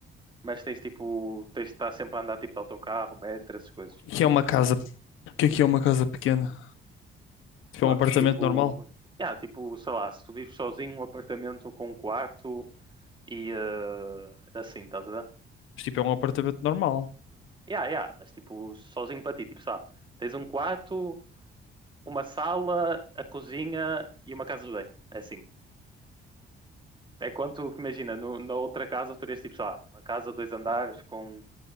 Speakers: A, on the right (about 25°); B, on the left (about 85°).
A: mas tens tipo, tens de estar sempre a andar tipo de autocarro, metro, essas coisas.
B: O que é que é uma casa? O que é que é uma casa pequena? Tipo,
A: Mano,
B: é um apartamento
A: tipo,
B: normal?
A: yeah, tipo, sei lá, se tu vives sozinho, um apartamento com um quarto e eh, assim, estás a ver?
B: Mas tipo, é um apartamento normal.
A: Yeah, yeah, mas tipo, sozinho para ti, tipo, sei tens um quarto, uma sala, a cozinha e uma casa de banho, é assim. É quanto que imagina, no, na outra casa tu terias tipo, sei lá, uma casa, dois andares com,